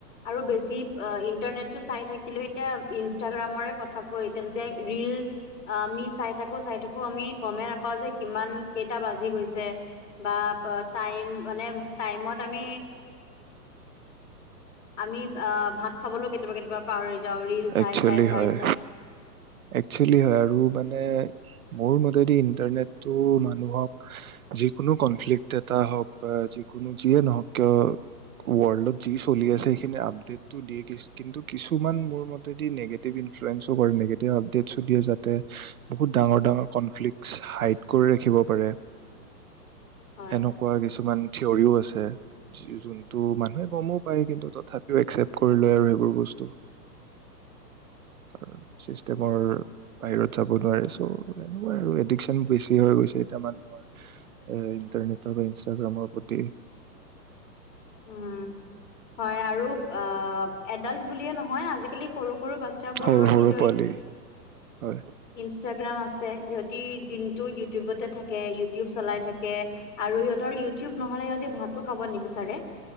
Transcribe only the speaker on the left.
আৰু বেছি আ ইণ্টাৰনেটটো চাই থাকিলেও এতিয়া ইনষ্টাগ্ৰামৰে কথা কয় এতিয়া যেতিয়া ৰীল অ', আমি চাই থাকো, চাই থাকো আমি গমেই নাপাও যে কিমান কেইটা বাজি গৈছে বা টাইম মানে টাইমত আমি আমি আ ভাত খাবলৈও কেতিয়াবা, কেতিয়াবা পাহৰি যাওঁ ৰীল চাই
চাই চাই
চাই
হয়।
উম,
উম। হয়, আৰু অ এডাল্ট বুলিয়ে নহয় আজি লি সৰু সৰু বাটচ্ছা বোৰৰো
নিজৰ
ইন-ইনষ্ট
ইনষ্টাগ্ৰাম আছে সিহঁতি দিনটো ইউটিউবতে থাকে, ইউটিউব চলাই থাকে আৰু সিহঁতৰ ইউটিউব ন'হলে সিহঁতি ভাতো খাব নিবিচাৰে।